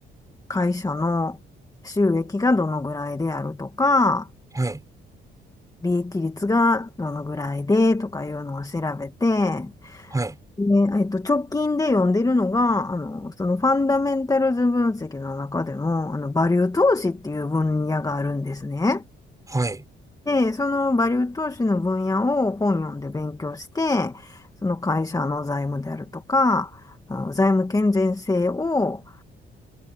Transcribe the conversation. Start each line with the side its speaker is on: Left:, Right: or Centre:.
Left: 会社の収益がどのぐらいであるとか、
Right: はい、
Left: 利益率がどのぐらいでとかいうのを調べて、
Right: はい、
Left: で、えっと、直近で読んでるのが、あの、そのファンダメンタルズ分析の中でも、あの、バリュー投資っていう分野があるんですね。
Right: はい、
Left: で、そのバリュー投資の分野を本読んで勉強して、その会社の財務であるとか、あの財務健全性を